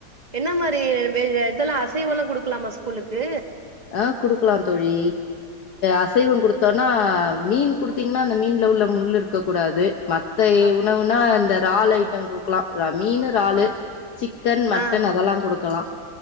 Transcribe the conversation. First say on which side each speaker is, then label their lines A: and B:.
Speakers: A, on the right; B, on the left.
A: என்ன மாரி வெய்வ இதெல்லா அசைவல்லா குடுக்கலாமா ஸ்கூலுக்கு
B: ஆ குடுக்கலா தோழி அசைவம் குடுத்தோன்னா மீன் குடுத்து ன்னா அந்த மீன்ல உள்ள முள் இருக்க கூடாது மத்த
A: அப்
B: உணவுனா இந்த ரால் ஐட்டம் குடு க்லா மீனு ராலு சிக்கன் மட்டன்
A: ஆ
B: அதெல்லா குடுக்கலா